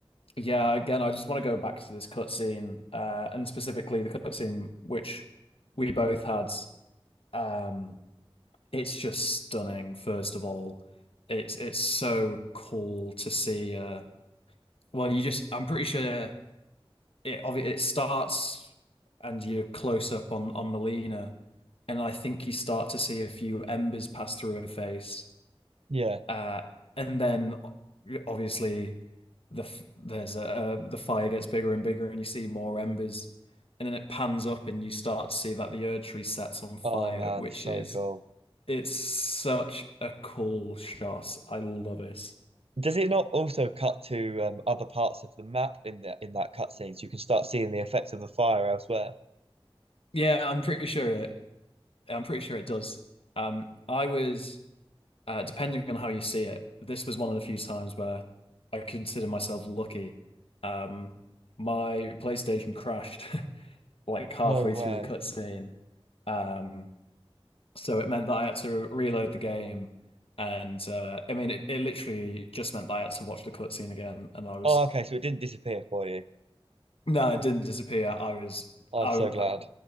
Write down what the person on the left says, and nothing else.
yeah, again, I just want to go back to this cutscene, uh, and specifically the cutscene which we both had. Um, it's just stunning. First of all, it's it's so cool to see. Uh, well, you just I'm pretty sure it obvi- it starts and you're close up on on Melina, and I think you start to see a few embers pass through her face,
uh, and then o- obviously the f- there's a uh, the fire gets bigger and bigger, and you see more embers, and then it pans up and you start to see that the Erd tree sets on fire,
which
is
it's such a cool shot. I love it.
Yeah, I'm pretty sure it. I'm pretty sure it does. Um, I was. uh, depending on how you see it, this was one of the few times where I consider myself lucky. Um, my PlayStation crashed <laughs> like halfway
through the cutscene, um, so it meant that I had to reload the game, and uh, I mean, it, it literally just meant that I had to watch the cutscene again, and I was
no, it didn't disappear. I was.
I,
I-